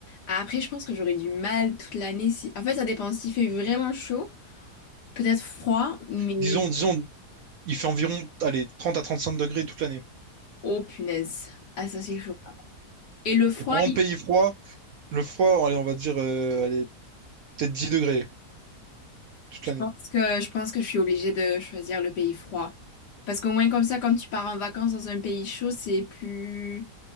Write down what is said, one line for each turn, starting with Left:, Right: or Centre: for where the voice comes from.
Left: Après, je pense que j'aurais du mal toute l'année. Si... En fait, ça dépend. S'il fait vraiment chaud, peut-être froid, mais
Right: Disons, disons, il fait environ, allez, 30 à 35 degrés toute l'année.
Left: oh punaise, ah ça c'est chaud. Et le froid,
Right: Et par exemple, pays froid, le froid, allez, on va dire, euh, allez, peut-être 10 degrés toute
Left: Je
Right: l'année.
Left: pense que je pense que je suis obligée de choisir le pays froid. Parce qu'au moins comme ça, quand tu pars en vacances dans un pays chaud, c'est plus